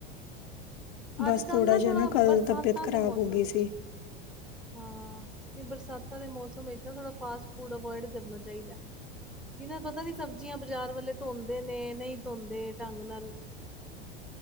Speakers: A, in the centre; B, on the left.
A: ਅੱਜ
B: ਬਸ ਥੋੜਾ
A: ਕੱਲ੍ਹ ਨਾ
B: ਜਿਹਾ
A: ਥੋੜ੍ਹਾ
B: ਕੱਲ
A: ਬਰਸਾਤਾਂ
B: ਤਬੀਅਤ ਖ਼ਰਾਬ
A: ਦੇ ਮੌਸਮ
B: ਹੋ ਗਈ ਸੀ
A: ਵਿੱਚ ਹਾਂ ਤੇ ਬਰਸਾਤਾਂ ਦੇ ਮੌਸਮ ਵਿੱਚ ਇਦਾਂ ਫਾਸਟ ਫੂਡ ਅਵਇਡ ਕਰਨਾ ਚਾਹੀਦਾ ਕਿਨਾਂ ਪਤਾ ਨੀ ਸਬਜ਼ੀਆਂ ਬਾਜ਼ਾਰ ਵਾਲੇ ਧੋਂਦੇ ਨੇ ਨਹੀਂ ਧੋਂਦੇ ਢੰਗ ਨਾਲ